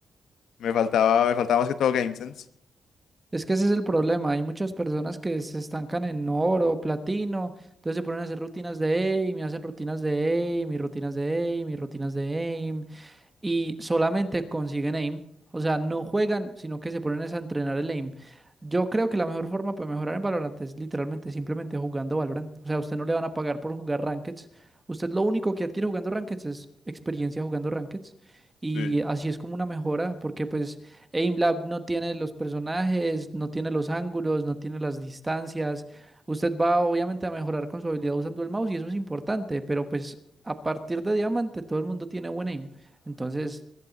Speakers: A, on the left; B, on the right.
A: Me faltaba, me faltaba más que todo game sense.
B: Es que ese es el problema. Hay muchas personas que se estancan en oro, platino, entonces se ponen a hacer rutinas de aim y hacen rutinas de aim y rutinas de aim y rutinas de aim y solamente consiguen aim. O sea, no juegan, sino que se ponen es a entrenar el aim. Yo creo que la mejor forma para mejorar en Valorant es literalmente simplemente jugando Valorant. O sea, a usted no le van a pagar por jugar Rankeds. Usted lo único que adquiere jugando Rankeds es experiencia jugando Rankeds. Y
A: Sí.
B: así es como una mejora, porque pues AimLab no tiene los personajes, no tiene los ángulos, no tiene las distancias. Usted va obviamente a mejorar con su habilidad usando el mouse y eso es importante, pero pues a partir de diamante todo el mundo tiene buen aim. Entonces,